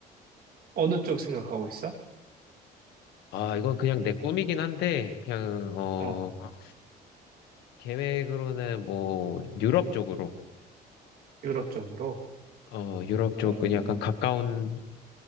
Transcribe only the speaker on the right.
어느 쪽 생각하고 있어?
어,
유럽 쪽으로.
어,